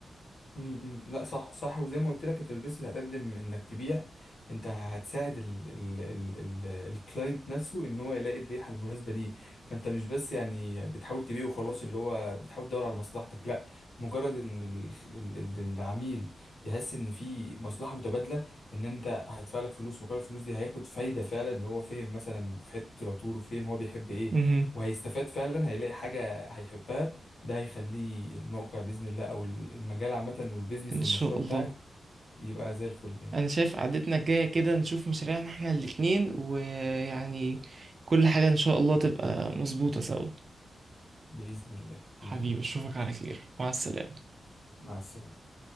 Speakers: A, on the left; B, on the right.
A: امم لا صح صح وزي ما قلت لك انت مش بس هتقدم انك تبيع انت هتساعد ال ال ال ال الكلاينت نفسه ان هو يلاقي الريحه المناسبه ليه فانت مش بس يعني بتحاول تبيع وخلاص اللي هو بتحاول تدور على مصلحتك لا مجرد ان ال ال ال العميل يحس ان في مصلحه متبادله ان انت هيدفع لك فلوس مقابل الفلوس دي هياخد فايده فعلا ان هو فهم مثلا في حته العطور وفهم هو بيحب ايه
B: مهم.
A: وهيستفاد فعلا هيلاقي حاجه هيحبها ده هيخليه الموقع بإذن الله أو المجال عامة والبيزنس
B: إن
A: والمشروع
B: شاء الله
A: بتاعك يبقى زي الفل يعني
B: أنا شايف قعدتنا الجاية كده نشوف مشاريعنا إحنا الاتنين ويعني كل حاجة إن شاء الله تبقى مظبوطة سوا
A: بإذن الله
B: حبيبي
A: بإذن الله
B: أشوفك على خير مع السلامة
A: مع السلامة